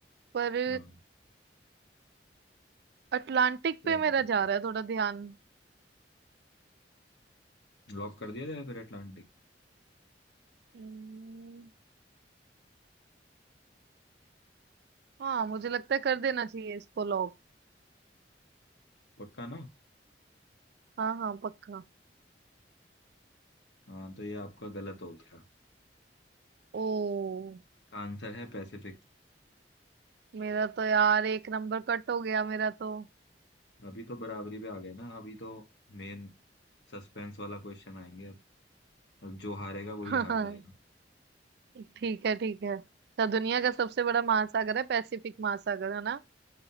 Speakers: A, on the right; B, on the left.
A: पर
B: हाँ
A: अटलांटिक
B: क्या
A: पे मेरा
B: लग रहा
A: जा
B: है
A: रहा है थोड़ा ध्यान
B: लॉक कर दिया जाए फिर अटलांटिक
A: हम्म, हाँ मुझे लगता है कर देना चाहिए इसको लॉक
B: पक्का ना
A: हाँ हाँ पक्का
B: हाँ तो ये आपका गलत हो गया
A: ओ
B: इसका आंसर है पैसिफिक
A: मेरा तो यार एक नंबर कट हो गया मेरा तो
B: अभी तो बराबरी पे आ गए ना अभी तो मेन सस्पेंस वाला क्वेश्चन आएंगे अब अब जो हारेगा वही
A: <laughs>
B: हार जाएगा
A: ठीक है ठीक है तो दुनिया का सबसे बड़ा महासागर है पैसिफिक महासागर है ना